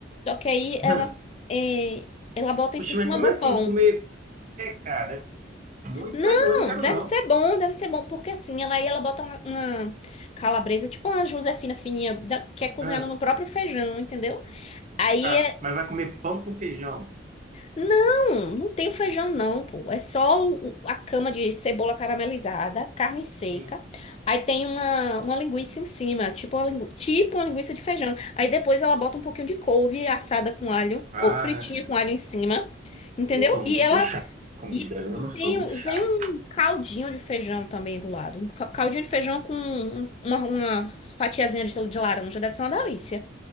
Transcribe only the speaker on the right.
<laughs> Hã?
Poxa,
mas como
assim?
Comer, cara, muito
é doido, não quero
não.
Hã?
Tá,
mas vai comer pão com feijão?
Sim.
Ah,
Eu sou muito
chato com
comida, eu não
sou muito
chato.